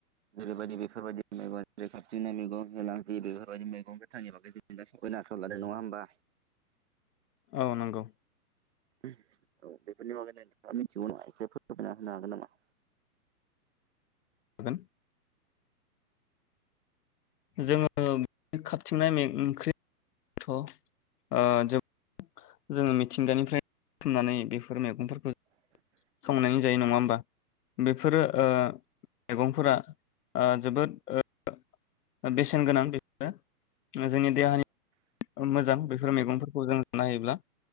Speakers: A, on the right (about 45°); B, on the left (about 80°).
A: जेरैबायदि बेफोरबायदि मैग जै खाथिंनाय मैगं मैलां जि बेफोरबायदि मैगं गोथांनि बागै जों दा सावराइनो आखायाव लादों नंङा होमबा?
B: मावनांगौ
A: उम औ बेफोरनि बागै नोंथाङा मिथिगौ ना एसे फायना होनो हागोन नामा?
B: गोन जोङो खाबथिंनाय मे ओंख्रि थ ओ जोङो मिथिंगानिफ्राय बुथुमनानै बेफोर मेगंफोर
A: <unintelligible>
B: संनायनि जायो नंङा होमबा? बेफोरो ओ मेगंफोरा ओ जोबोद ओ बेसेन गोनां बे ओ जोंनि देहानि मोजां बेफोर मेगंफोरखौ जों जानो हायोब्ला